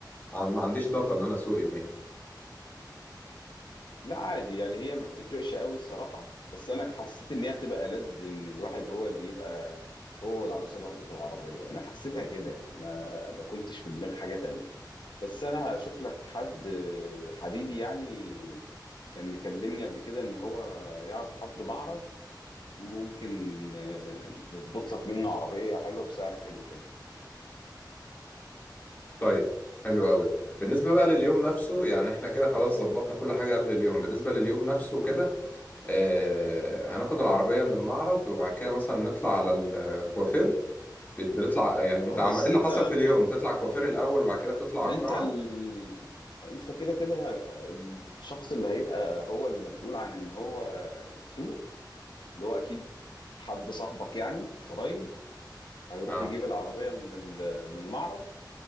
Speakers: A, on the left; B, on the left.
A: عن... ما عنديش طاقه ان انا اسوق يومين
B: لا عادي يعني هي ما بتفرقش قوي الصراحة بس أنا حسيت إن هي هتبقى ألذ إن الواحد هو اللي يبقى هو والعروسة لوحده في العربية أنا حسيتها كده يعني ما ما كنتش في دماغي حاجة تانية بس انا هشوف لك حد حبيبي يعني كان مكلمني قبل كده ان هو يعرف حد معرض ممكن آه، نظبط لك منه عربية حلوة بسعر حلو كمان
A: طيب حلو قوي بالنسبه بقى لليوم نفسه يعني احنا كده خلاص ظبطنا كل حاجه قبل اليوم بالنسبه لليوم نفسه كده آه... هناخد العربيه من المعرض وبعد كده مثلا نطلع على الكوافير بت- بتطلع يعني انت
B: اه
A: عم...
B: بس
A: ايه اللي
B: انت
A: حصل في اليوم تطلع الكوافير الاول وبعد كده بتطلع على
B: انت
A: القاعه
B: ال... انت كده كده الشخص اللي هيبقى هو اللي مسؤول عن ان هو يسوق اللي هو اكيد حد صاحبك يعني قريب هيروح
A: اه
B: يجيب العربية من ال- من المعرض